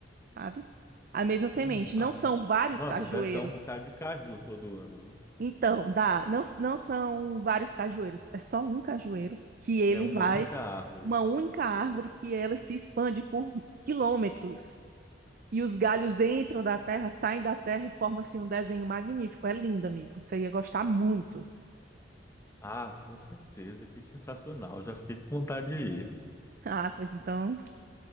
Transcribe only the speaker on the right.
sabe? A mesma semente.
Não são vários
cajueiros,
Então, dá. Não, não são vários cajueiros, é só um cajueiro que ele
vai,
uma única árvore que ela se expande por quilômetros. E os galhos entram da terra, saem da terra e formam assim um desenho magnífico. É lindo, amigo. Você ia gostar muito. <laughs>
Ah, pois então,